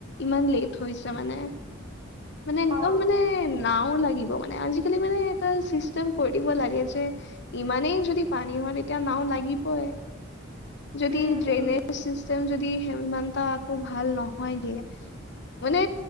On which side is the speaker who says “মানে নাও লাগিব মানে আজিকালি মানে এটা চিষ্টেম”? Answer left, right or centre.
Left